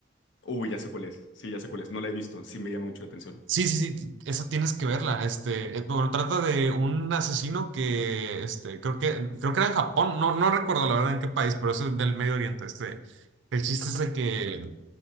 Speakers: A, on the left; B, on the right.
A: Uy, ya sé cuál es, sí, ya sé cuál es, no la he visto, sí me llama mucho la atención.
B: Sí, sí, sí, esa tienes que verla. Este, eh, bueno, trata de un asesino que, este, creo que, creo que era en Japón, no, no recuerdo la verdad en qué país, pero es del Medio Oriente. Este, el chiste es de que